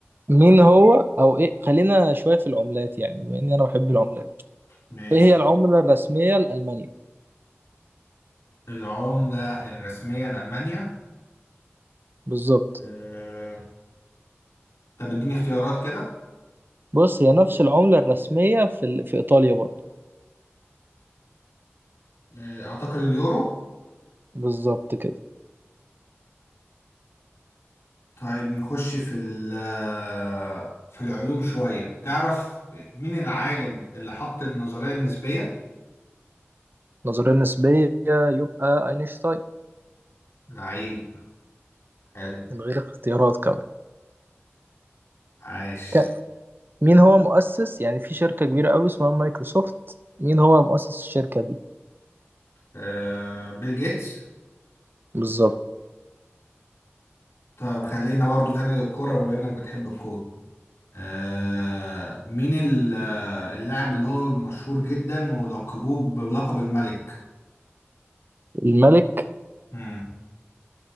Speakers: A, on the right (about 50°); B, on the left (about 85°).
A: مين هو او ايه خلينا شويه في العملات يعني بما اني انا بحب العملات
B: ماشي
A: ايه هي العمله الرسميه لالمانيا
B: العملة الرسمية لألمانيا
A: بالظبط
B: آه، طب اديني اختيارات كده
A: بص هي نفس العمله الرسميه في ال... في ايطاليا برضه
B: آه، أعتقد اليورو
A: بالظبط كده
B: طيب نخش في ال آه، في العلوم شوية تعرف مين العالم اللي حط النظرية النسبية؟
A: نظريه نسبيه يبقى اينشتاين
B: لعيب حلو
A: من غير اختيارات كمان
B: عاش
A: ك- مين هو مؤسس يعني في شركه كبيره قوي اسمها مايكروسوفت مين هو مؤسس الشركه دي
B: آه، بيل جيتس
A: بالظبط
B: طيب خلينا برضو تاني للكورة بما إنك بتحب الكورة آه مين ال- آه، اللاعب اللي هو مشهور جدا ولقبوه بلقب الملك
A: الملك
B: مم.